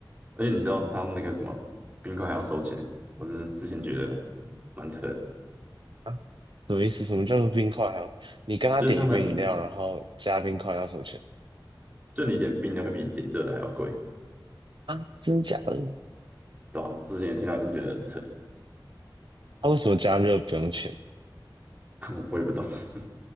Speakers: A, on the right; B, on the right.
A: 而且你知道他们那个什么冰块还要收钱呢，我是之前觉得蛮扯的，
B: 啊什么意思？什么叫做冰块啊？你跟他点一杯饮料，
A: 就是他们
B: 然后加冰块要收钱
A: 就你点冰的会比点热的还要贵。
B: 啊？真假的？
A: 对啊，之前听到也是觉得很扯，
B: 他、为什么加热不用钱？
A: <laughs> 我也不懂，<laughs>